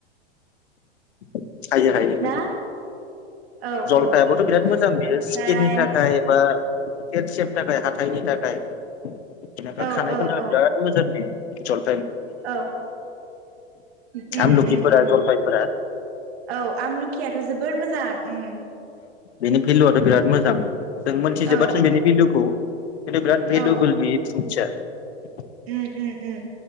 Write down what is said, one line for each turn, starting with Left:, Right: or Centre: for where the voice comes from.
Left: <inaudible> हायो हायो हायो।
Right: ना औ
Left: जलफायाबथ'
Right: औ औ
Left: बिराद मोजां बियो
Right: ओमफ्राय
Left: स्किननि थाखाय एबा केट सेफ थाखाय हाथाइनि थाखाय <unintelligible>
Right: औ
Left: खानायफोर
Right: औ औ
Left: बिराद मोजां बियो। जल
Right: औ उम उम
Left: आमलखिफोरा
Right: उम
Left: जलफायफोरा
Right: औ आमलुखियाथ' जोबोर मोज जां उम।
Left: बिनि भेलुआथ' बिराद मोजां। जों मोनथि जोबाथ'
Right: औ
Left: बेनि बिलुखौ खिनथु बिराद भेलुबोल
Right: औ
Left: बेयो <unintelligible>
Right: उम उम उम